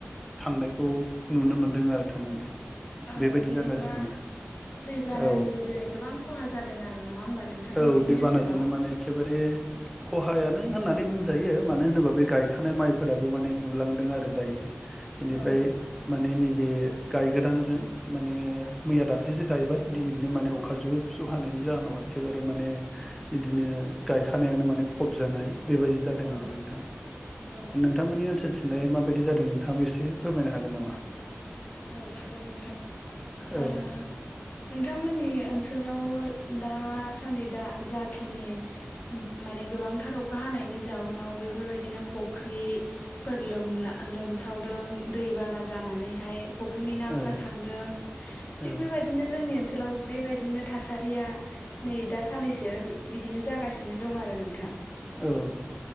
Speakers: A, in the centre; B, on the left (about 40°).
A: थांनायखौ नुनो मोन्दों आरो थारमाने
B: औ
A: बेबायदि
B: बिदिब्ला
A: जागासिनो
B: दैबानानि
A: औ
B: जोहै गोबां खहा जादों आरो नङा होमबा नोंथां
A: औ
B: नोंसिनि
A: दैबानाजोंनो
B: ओनसोलाव
A: माने एखेबारे खहायानो होननानै बुं जायो मानो होनोबा बे गायखानाय माइफोराबो माने गुलांदों आरो दायो बेनिफ्राय
B: औ
A: माने नैबे गायगदानजों माने मैया दाख्लैसो गायबाय दिनैनो माने अखा जुब जुब हानायनि जाहोनाव एखेबारे माने बिदिनो गायखानायानो माने फबजानाय बेबायदि जादों
B: औ
A: आरो नोंथा
B: औ
A: दा नोंथांमोननि ओसोलथिंलाय माबायदि जादों नोंथाङाबा एसे फोरमायनो हागोन नामा
B: औ हागोन नोंथां
A: औ
B: ओ नोंथांमोननि ओनसोलाव दासान्दि दा जाखिनि माने गोबांथार अखा हानायनि जाउनाव बेफोरबायदिनो फुख्रि फोर लोमला लोमसावदों दैबाना जानानैहाय। फुख्रिनि नाफोरा
A: औ
B: थांदों
A: औ
B: थिख बेबायदि नो जोंनि ओनसोलावबो बेबायदिनो थासारिया नै दा साननैसो बि-बिदिनो जागासिनो दं आरो नोंथां।
A: औ।